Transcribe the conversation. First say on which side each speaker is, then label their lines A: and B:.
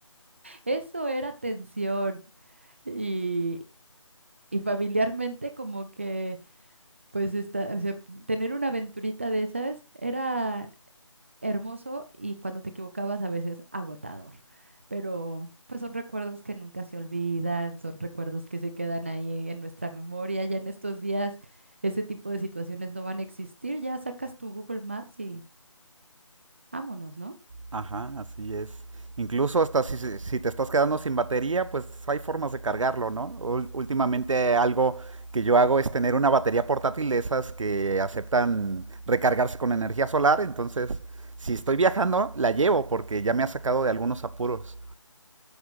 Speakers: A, on the right (about 25°); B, on the right (about 75°).
A: Eso era tensión. Y, y familiarmente como que, pues, esta- o sea, tener una aventurita de esas era hermoso y cuando te equivocabas a veces agotador. Pero pues son recuerdos que nunca se olvidan, son recuerdos que se quedan ahí en nuestra memoria. Ya en estos días ese tipo de situaciones no van a existir. Ya sacas tu Google Maps y vámonos, ¿no?
B: Ajá, así es. Incluso hasta si, si si te estás quedando sin batería, pues hay formas de cargarlo, ¿no? Ul- Últimamente algo que yo hago es tener una batería portátil de esas que aceptan recargarse con energía solar, entonces si estoy viajando, la llevo porque ya me ha sacado de algunos apuros.